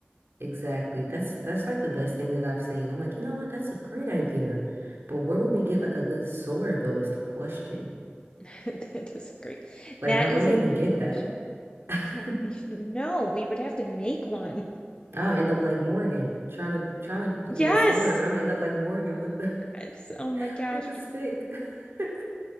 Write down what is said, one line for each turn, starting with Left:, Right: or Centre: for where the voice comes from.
Right: Exactly. That's that's like the best thing that I've seen. I'm like, you know what? That's a great idea. But where would we
Left: Mm-hmm.
Right: get like a good sword though is the question.
Left: <laughs> That is a great.
Right: Like
Left: That
Right: how where
Left: is
Right: do
Left: a
Right: you
Left: great
Right: even get
Left: question.
Right: that? <laughs>
Left: <laughs> I don't even know. We would have to make one.
Right: I'll end up like Morgan trying to trying to
Left: Yes.
Right: get a sword, but I'm gonna end up like Morgan with the
Left: Yes. Oh my
Right: <laughs>
Left: gosh.
Right: with the stick. <laughs>